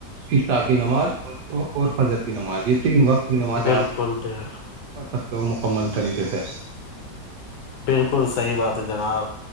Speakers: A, on the right (about 80°); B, on the left (about 80°).
A: عیشا کی نماز اور فجر کی نماز یہ تین وقت کی نواز
B: بالکل
A: آپ
B: بالکل
A: پڑھ سکتے ہو مکمل طریقے سے
B: بالکل صحیح بات ہے جناب